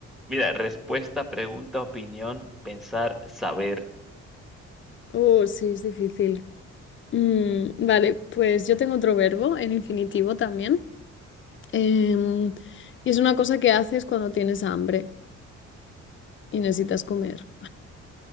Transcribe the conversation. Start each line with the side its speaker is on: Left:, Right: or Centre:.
Centre: mira, respuesta, pregunta, opinión, pensar, saber.
Left: Oh, sí, es difícil. Mm, vale, pues yo tengo otro verbo en infinitivo también. Em, y es una cosa que haces cuando tienes hambre y necesitas comer.